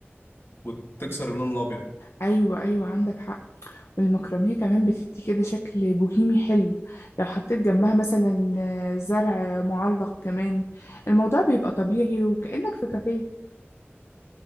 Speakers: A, on the left; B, on the left.
A: وتكسر اللون الابيض
B: ايوه ايوه عندك حق والمكرمية كمان بتدي كده شكل بوهيمي حلو لو حطيت جنبها مثلا زرع معلق كمان الموضوع بيبقى طبيعي وكأنك في كافيه